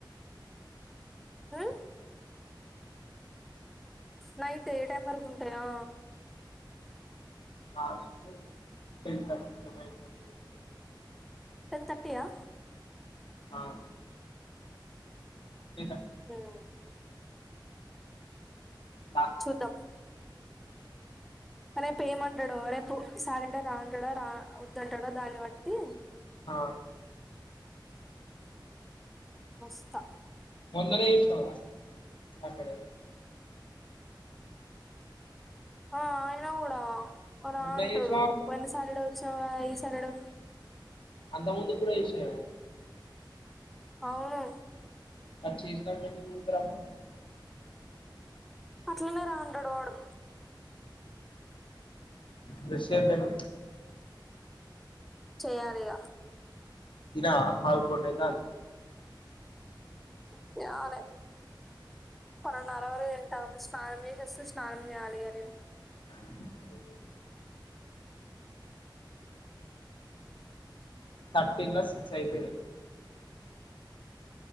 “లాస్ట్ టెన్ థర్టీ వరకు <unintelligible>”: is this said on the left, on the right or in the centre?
Left